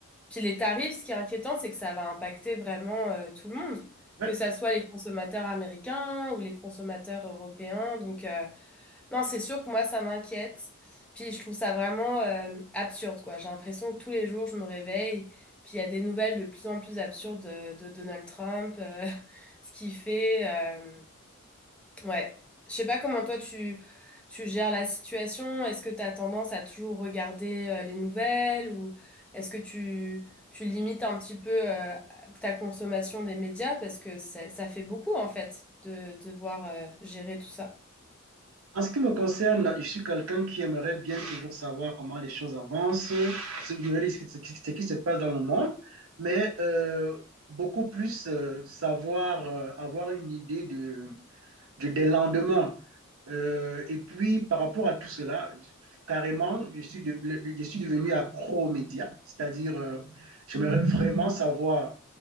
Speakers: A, in the centre; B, on the right.
A: puis les tarifs, ce qui est inquiétant, c'est que ça va impacter vraiment euh, tout le monde,
B: Ouais.
A: que ça soit les consommateurs américains ou les consommateurs européens. Donc, euh, non, c'est sûr que moi, ça m'inquiète. Puis je trouve ça vraiment euh, absurde, quoi. J'ai l'impression que tous les jours, je me réveille, puis il y a des nouvelles de plus en plus absurdes de, de Donald Trump, euh, <laughs> ce qu'il fait. euh, ouais. Je sais pas comment toi, tu, tu gères la situation. Est-ce que tu as tendance à toujours regarder euh, les nouvelles ou est-ce que tu, tu limites un petit peu euh, ta consommation des médias? Parce que ça ça fait beaucoup, en fait, de de devoir euh, gérer tout ça.
B: En ce qui me concerne, je suis quelqu'un qui aimerait bien toujours savoir comment les choses avancent, ce, ce qui ce qui se passe dans le monde, mais euh, beaucoup plus euh, savoir, euh, avoir une idée de du, des lendemains. Euh, et puis, par rapport à tout cela, carrément, je suis, de- je suis devenu accro aux médias, c'est-à-dire, euh, j'aimerais
A: Mm,
B: vraiment savoir